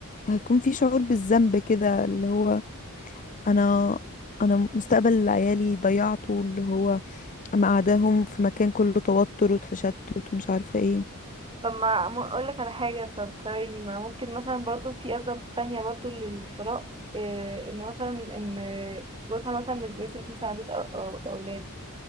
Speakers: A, on the left; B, on the right.
A: هيكون في شعور بالذنب كده اللي هو انا انا مستقبل عيالي ضيعته اللي هو مقعداهم في مكان كله توتر وتشتت ومش عارفة ايه
B: طب ما اقول لك على حاجه طب ثواني ما ممكن مثلا برضو في اسباب تانية برضو للطلاق إيه ان مثلا ان جوزها مثلا مش بيصرف مثلا على بيت أو- أو- الاولاد